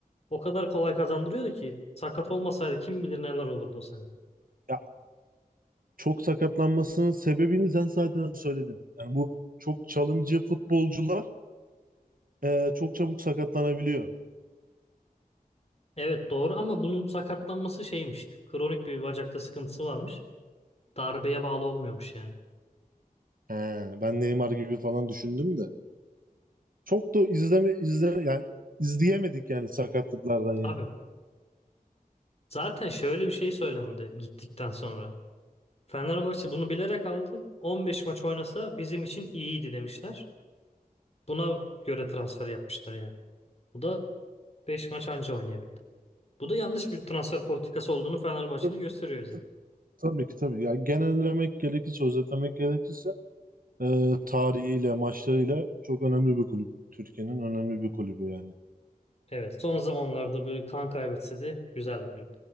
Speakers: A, on the left; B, on the right.
A: O kadar kolay kazandırıyordu ki sakat olmasaydı kim bilir neler olurdu o sene.
B: ya çok sakatlanmasının sebebini sen zaten söyledin. Yani bu çok çalımcı futbolcular e, çok çabuk sakatlanabiliyor.
A: Evet doğru ama bunun sakatlanması şeymiş. Kronik bir bacakta sıkıntısı varmış. Darbeye bağlı olmuyormuş yani.
B: He, ben Neymar gibi falan düşündüm de. Çok da izleme izle yani izleyemedik yani sakatlıklardan yani.
A: Abi zaten şöyle bir şey söylendi gittikten sonra. Fenerbahçe bunu bilerek aldı. 15 maç oynasa bizim için iyiydi demişler. Buna göre transfer yapmışlar yani. Bu da 5 maç anca oynayabildi. Bu da yanlış bir transfer politikası olduğunu Fenerbahçe'nin
B: Tab-
A: gösteriyor bize.
B: tab- Tabii ki tabii. Yani genellemek gerekirse, özetlemek gerekirse e, tarihiyle, maçlarıyla çok önemli bir kulüp. Türkiye'nin önemli bir kulübü yani.
A: Evet son zamanlarda bir kan kaybetse de güzel bir kulüp.